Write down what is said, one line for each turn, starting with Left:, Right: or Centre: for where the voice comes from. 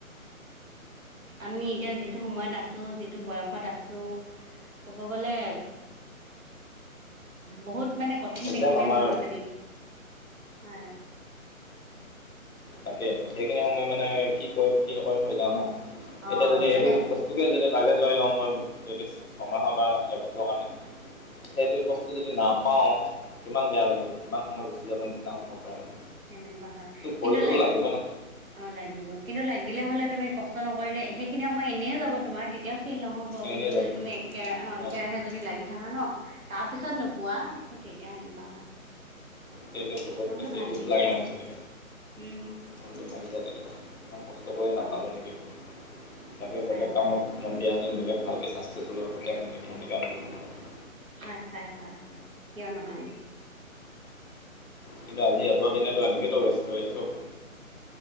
Right: আমি এতিয়া যিটো সময়ত আছো যিটো বয়সত আছো। ক'ব গ'লে বহুত মানে কঠিন
Left: একদম
Right: এইখিনিয়ে
Left: আমাৰ
Right: সময় মানে, হয়।
Left: তাকে, সেইখিনি সময় মানে কি কৰিম কি নকৰিম হৈ যাওঁ ন।
Right: অ'
Left: এতিয়া যদি
Right: মানে
Left: এইটো বস্তু কে যদি টাৰ্গেট লৈ লওঁ মই যদি ছমাহৰ বা এবছৰৰ কাৰণে, সেইটো বস্তু যদি নাপ পাওঁ, কিমান বেয়া লাগিব কিমান সময় গুচি যাব নিচিনা অনুভৱ হয় মানে।
Right: কেনেকুৱা হয়,
Left: কৰিবতো
Right: কিন্তু লাগ
Left: লাগিব ন
Right: অ' লাগিব, কিন্তু লাগিলে হ'লে তুমি কষ্ট নকৰিলে সেইখিনি সময় এনেই যাব। তোমাৰ তেতিয়া ফিল নহ'ব,
Left: এনেই
Right: কিন্তু
Left: যাব
Right: যদি তুমি একে অ' একেৰাহে
Left: অঁ অঁ
Right: যদি লাগি থাকা ন তাৰ পিছত ন পোৱা, তেতিয়া সেনেকুৱা হয়।
Left: কিন্তু বহুত
Right: মনটো
Left: বেছি
Right: ভাগি
Left: দুখ লাগে
Right: যায়
Left: মানুহ জনলৈ,
Right: উম
Left: মনটো ভাগি যায় তেনেকুৱা হ'লে। ইমান কষ্ট কৰি নাপালোঁ
Right: অ
Left: নেকি, চাগে
Right: হয়
Left: বেলেগ
Right: হয়
Left: কামত মন দিয়া হেঁতেন বেলেগ ভালকৈ চাষ্ট ত <unintelligible>
Right: হয়, হয়, হয়, হয়। কিয় নহয়নো।
Left: কিন্তু আজি অত দিনেতো এনেকেতো ৱেষ্ট কৰি আছোঁ।